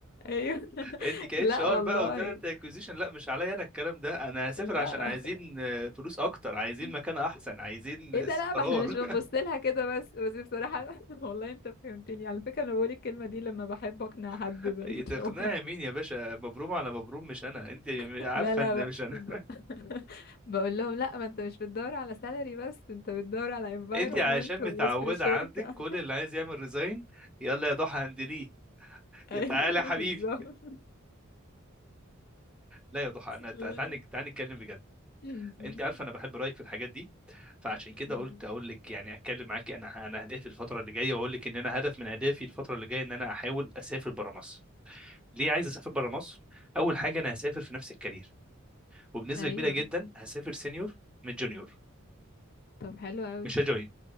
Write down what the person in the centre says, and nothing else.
انت
كاتش
ار
بقى وتالنت اكوزيشن لا مش عليا انا الكلام ده انا هسافر
عشان عايزين آه، فلوس اكتر عايزين
مكان احسن عايزين
استقرار
<laughs>
تقنعي مين يا باشا مبروم على مبروم مش انا انت
عارفه
ان
مش انا
<laughs>
انت عشان متعوده
عندك كل اللي عايز يعمل ريزاين يلا يا ضحى هندليه يا
تعالى يا حبيبي
لا يا ضحى انا تع-
تعالى تعالى نتكلم بجد
انت عارفه انا بحب رايك في الحاجات دي فعشان كده
قلت اقول لك يعني اتكلم معاكي انا انا اهدافي الفتره اللي جايه واقول لك ان انا هدف من اهدافي الفتره اللي جايه ان انا احاول اسافر بره مصر ليه عايز اسافر بره مصر اول حاجه انا هسافر في نفس الكارير وبنسبه
كبيره جدا هسافر سينيور من جونيور
مش هجوين